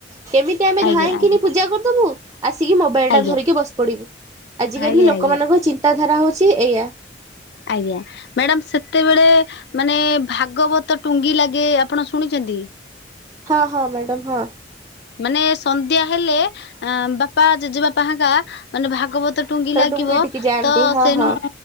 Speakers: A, on the right; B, on the left.
A: କେମିତି ଆମେ
B: ଆଜ୍ଞା
A: ଧାଇଁଙ୍କିନି
B: ଆଜ୍ଞା ଆଜ୍ଞା
A: ପୂଜା କରିଦବୁ ଆସିକି ମୋବାଇଲଟା
B: ଆଜ୍ଞା
A: ଧରିକି ବସି ପଡ଼ିବୁ ଆଜିକାଲି
B: ଆଜ୍ଞା
A: ଲୋକମାନଙ୍କ
B: ଆଜ୍ଞା
A: ଚିନ୍ତାଧାରା ହେଉଛି ଏଇଆ।
B: ଆଜ୍ଞା ମ୍ୟାଡାମ ସେତେବେଳେ ମାନେ ଭାଗବତ ଟୁଙ୍ଗି ଲାଗେ ଆପଣ ଶୁଣିଛନ୍ତି?
A: ହଁ ହଁ ମ୍ୟାଡାମ ହଁ।
B: ମାନେ ସନ୍ଧ୍ୟା ହେଲେ ଏଁ ବାପା ଜେଜେବାପା ହେଙ୍କା ମାନେ ଭାଗବତ ଟୁଙ୍ଗି ଲାଗିବ
A: ଡୁଙ୍ଗି ଟିକି ଯାଆନ୍ତି
B: ତ
A: ହଁ
B: ସେଣୁୁ
A: ହଁ